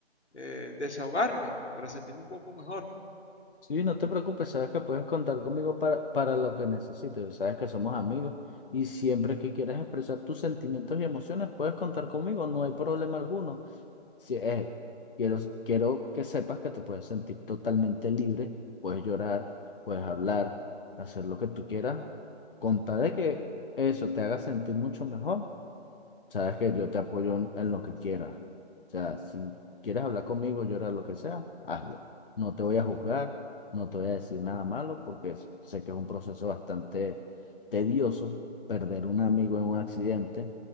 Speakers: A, on the left; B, on the left.
A: eh, desahogarme para sentirme un poco mejor.
B: Sí, no te preocupes, sabes que puedes contar conmigo para, para lo que necesites, sabes que somos amigos y siempre que quieras expresar tus sentimientos y emociones puedes contar conmigo, no hay problema alguno. Si, eh, quiero, quiero que sepas que te puedes sentir totalmente libre, puedes llorar, puedes hablar, hacer lo que tú quieras, con tal de que eso te haga sentir mucho mejor. Sabes que yo te apoyo en, en lo que quieras. O sea, si quieres hablar conmigo, llorar, lo que sea, hazlo. No te voy a juzgar, no te voy a decir nada malo, porque sé que es un proceso bastante tedioso perder un amigo en un accidente